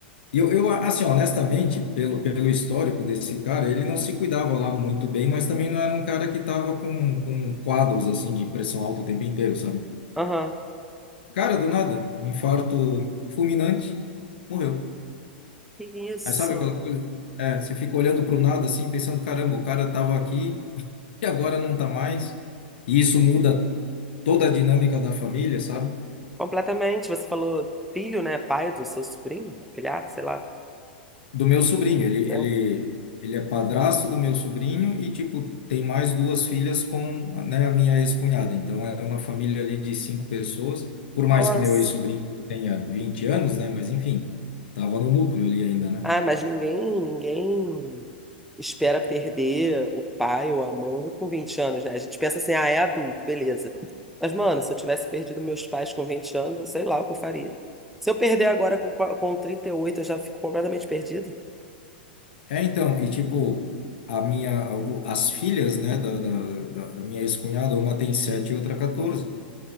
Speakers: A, on the left; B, in the centre.
A: E eu, eu, assim, honestamente, pelo, pelo histórico desse cara, ele não se cuidava lá muito bem, mas também não era um cara que tava com, com quadros, assim, de pressão alta o tempo inteiro, sabe?
B: Aham.
A: Cara, do nada, um infarto fulminante, morreu.
B: Que isso?
A: Aí sabe aquela coisa? É, você fica olhando para o nada assim, pensando, caramba, o cara estava aqui e agora não tá mais. E isso muda toda a dinâmica da família, sabe?
B: Completamente. Você falou filho, né? Pai do seu sobrinho, afilhado, sei lá,
A: Do meu sobrinho, ele,
B: né?
A: ele, ele é padrasto do meu sobrinho e, tipo, tem mais duas filhas com, né, a minha ex-cunhada. Então, é uma família ali de cinco pessoas. Por mais
B: Nossa.
A: que meu ex-sobrinho tenha 20 anos, né? Mas, enfim, tava no núcleo ali ainda, né?
B: Ah, mas ninguém, ninguém. espera perder o pai ou a mãe com 20 anos, né? A gente pensa assim, ah, é adulto, beleza. Mas, mano, se eu tivesse perdido meus pais com 20 anos, eu sei lá o que eu faria. Se eu perder agora com, qua- com 38 eu já fico completamente perdido.
A: É, então, e tipo, a minha, o- as filhas, né, da, da, da, da minha ex-cunhada, uma tem 7 e outra 14.